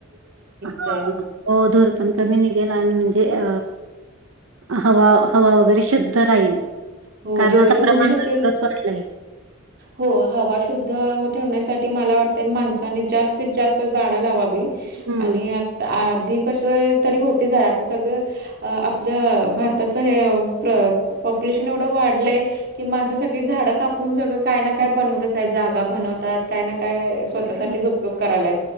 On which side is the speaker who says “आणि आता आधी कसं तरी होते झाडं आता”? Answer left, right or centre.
Right